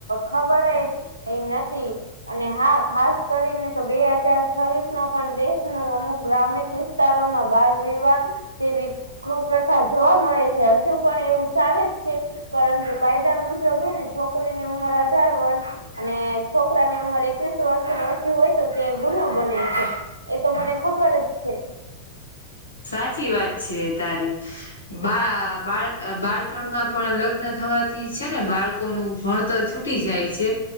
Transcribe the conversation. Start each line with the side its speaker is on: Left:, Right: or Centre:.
Right: ખબર એ નથી અને હા ખાસ કરીને તો બે હજાર છવ્વીસ માં પણ દેશનું અમુક ગ્રામિક વિસ તારોમાં બાલ વિવાહ જેવી કુપ્રથા જોવા મળે છે હજુ પણ એવું ચાલે જ છે પરંતુ કાયદા મુજબ હેને છોકરીની ઉંમર અઢાર વર્ષ અને છોકરાની ઉંમર એકવીસ વર્ષની ઓછી હોય તો તે ગુનો બને છે એ તો મને ખબર જ છે
Left: સાચી વાત છે તારી બા બાળ બાળપણમાં પણ લગ્ન થવાથી છે ને બાળકોનું ભણતર છૂટ <unintelligible> જાય છે